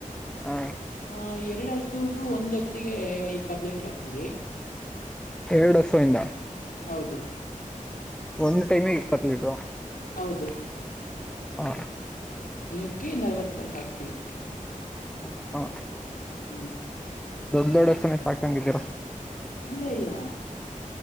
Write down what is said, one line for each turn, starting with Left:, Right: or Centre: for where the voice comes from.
Centre: ಹಾ
Left: ಆ ಎರಡು ಹಸುಗ ಒಂದ್ ಹೊತ್ತಿಗೆ ಇಪ್ಪತ್ ಲೀಟರ್ ಆಗ್ತವಿ
Centre: ಎರಡುಸ ಇಿಂದ
Left: ಹೌದು
Centre: ಒಂದು ಟೈಮ ಇಪ್ಪತ್ತು ಲಟ ರ
Left: ಹೌದು
Centre: ಹಾ
Left: ದಿನಕ್ಕೆ ನಲ್ವತ್ತಂಗ ಆಗ್ತೀವಿ
Centre: ಹ ಹಾ
Left: ಹ್ಮ್
Centre: ದೊಡ್ಡ ದೊಡ್ಡಸನ ಸಾಕಂಗಿದ್ದೀರಾ
Left: ಇಲ್ಲ ಇಲ್ಲ